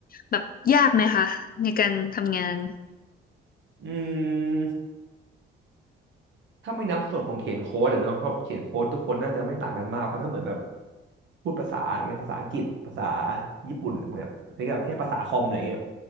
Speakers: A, on the left; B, on the right.
A: แบบยากไหมคะในการทำงาน
B: <laughs> อืม ถ้าไม่นับส่วนของเขียนโค้ดอะเนาะเพราะเขียนโค้ดทุกคนน่าจะไม่ต่างกันมากมันก็เหมือนแบบพูดภาษาอย่างเงี้ยภาษาอังกฤษภาษาญี่ปุ่นเหมือนแบบนี่แบบแค่ภาษาคอมอะไรเงี้ย